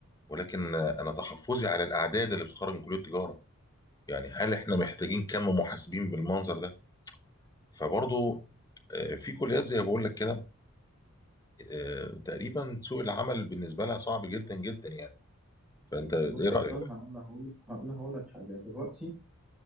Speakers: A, on the left; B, in the centre.
A: ولكن آه، أنا تحفظي على الأعداد اللي بتخرج من كلية تجارة يعني هل إحنا محتاجين كم محاسبين بالمنظر ده؟ فبرضه آه، في كليات زي ما بقول لك كده آه، تقريبا سوق العمل بالنسبة لها صعب جدا جدا يعني فأنت إيه
B: بص
A: رأيك؟
B: اصلا هقول انا هقول انا هقول لك حاجه دلوقتي